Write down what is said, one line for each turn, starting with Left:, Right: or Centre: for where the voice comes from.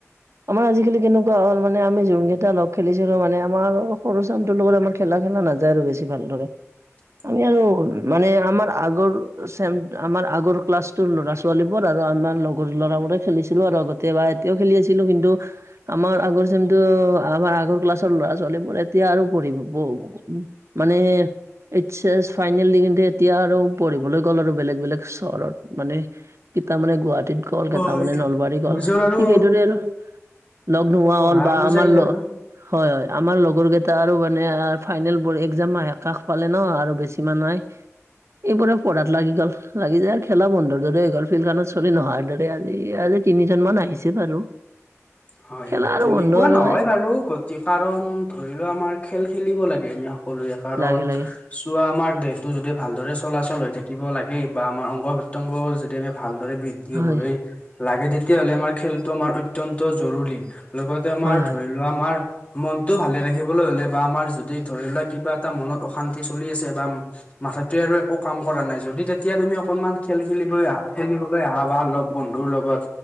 Right: আমাৰ আজিকালি কেনেকোৱা হ'ল মানে আমি যোন কেইটা লগ খেলিছিলো মানে আমাৰ সৰু চামটোৰ লগত আমাৰ খেলা খেলা নাযায় আৰু বেছি ভালদৰে
Left: উ <unintelligible>
Right: আমি আৰু মানে আমাৰ আগৰ চেম আমাৰ আগৰ ক্লাছতোৰ ল'ৰা ছোৱালী বোৰ আৰু আন আন লগৰ লৰাবোৰে খেলিছিলো আৰু আগত কেতিয়াবা এতিয়াও খেলি আছিলো কিন্তু আমাৰ আগৰ চেমতো আমাৰ আগৰ ক্লাছৰ ল'ৰা ছোৱালীবোৰ এতিয়া আৰু পঢ়িব ব উ মানে এইচ এছ ফাইনেল দি কিনি এতিয়া আৰু পঢ়িবলৈ গ'ল আৰু বেলেগ বেলেগ চহৰত মানে এতিয়া মানে গুৱাহাটীত গল
Left: হয়
Right: কেইটা মানে নলবাৰী গল
Left: নিজৰ আৰু
Right: ঠিক সেইদৰে আৰু লগ নোহোৱা
Left: পঢ়া
Right: হ'ল বা
Left: অনুযায়ী
Right: আমাৰ ল
Left: আৰু
Right: হয় হয় আমাৰ লগৰ কেইটা আৰু মানে ফাইনেল বোৰ একজাম ফাইনেল কাষ পালে ন আৰু বেছি মাহ নাই এইবোৰে পঢ়াত লাগি গ'ল লাগি যায় আৰু খেলা বন্ধৰ দৰে হৈ গ'ল ফিল্ড খনত চলি নহাৰ দৰে আজি আজি তিনিজনমান আহিছে বাৰু
Left: <inaudible> হয়
Right: খেলা
Left: হয়
Right: আৰু
Left: তেনেকোৱা
Right: বন্ধ আৰু
Left: নহয় বাৰু গতি কাৰণ ধৰি লোৱা আমাৰ খেল খেলিব লাগে আমি সকলোৱে কাৰণ
Right: লাহে লাহে
Left: চোৱা আমাৰ দেহটো যদি ভালদৰে চলাচল হৈ থাকিব লাগে বা আমাৰ অংগ প্ৰত্যংগ যদি আমি ভালদৰে বৃ দ্ধি
Right: হয়,
Left: হবলৈ লাগে তেতিয়াহলে আমাৰ খেলটো আমাৰ অত্যন্ত জৰুৰী লগতে আমাৰ
Right: হয়, হয়,
Left: ধৰি লোৱা আমাৰ মনটো ভালে ৰাখিবলৈ হলে বা আমাৰ যদি ধৰি লোৱা কিবা এটা মনত অশান্তি চলি আছে বা মাথাটোৱে আৰু একো কাম কৰা নাই যদি তেতিয়া তুমি অকনমান খেল খেলিব আ খেলিবলৈ আহা বা লগ বন্ধুৰ লগত